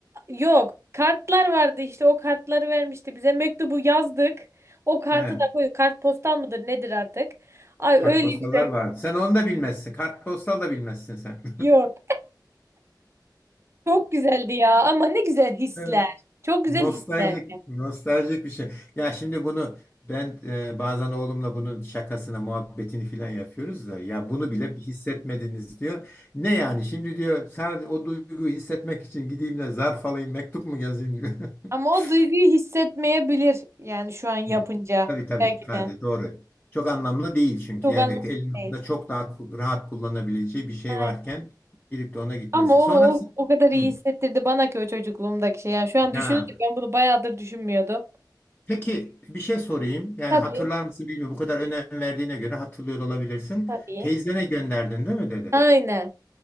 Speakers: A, on the right; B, on the left.
A: Yok. Kartlar vardı işte o kartları vermişti bize. Mektubu yazdık. O kartı
B: He.
A: da koyduk. Kartpostal mıdır nedir artık? Ay öyle
B: Kartpostallar
A: güzel.
B: vardı. Sen onu da bilmezsin. Kartpostal da bilmezsin sen.
A: Yok. Çok güzeldi ya ama ne güzel hisler.
B: <laughs> Evet.
A: Çok güzel
B: Nostaljik,
A: hisler.
B: nostaljik bir şey. Ya şimdi bunu ben e, bazen oğlumla bunun şakasına, muhabbetini filan yapıyoruz da ya bunu bile bir hissetmediniz diyor. Ne yani şimdi diyor sadece o duyguyu hissetmek için gideyim de zarf alayım, mektup mu yazayım diyor. <laughs>
A: Ama o duyguyu hissetmeyebilir yani şu an yapınca
B: Evet. Tabii tabii
A: belki
B: Kadir
A: de.
B: doğru. Çok anlamlı değil çünkü
A: Çok
B: yani
A: anlamlı
B: elinizde
A: değil.
B: çok daha ku- rahat kullanabileceği bir şey
A: Aynen.
B: varken gidip de ona gitmesi.
A: Ama o,
B: Sonrası
A: o o kadar iyi
B: Hı.
A: hissettirdi bana ki o çocukluğumdaki şey. Yani şu an
B: Ya.
A: düşününce ben bunu bayağıdır düşünmüyordum.
B: Peki bir şey sorayım. Yani
A: Tabii.
B: hatırlar mısın bilmiyorum. Bu kadar önem verdiğine göre hatırlıyor da olabilirsin.
A: Tabii.
B: Teyzene gönderdin değil mi dedin?
A: Aynen.